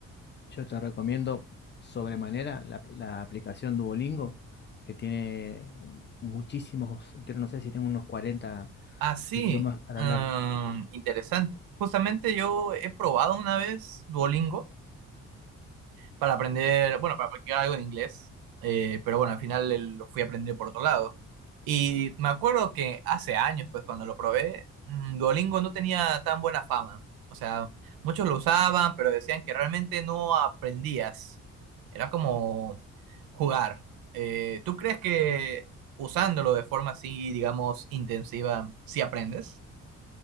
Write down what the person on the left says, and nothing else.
Yo te recomiendo sobremanera la, la aplicación Duolingo, que tiene muchísimos, creo, no sé si tengo unos 40
idiomas para
hablar.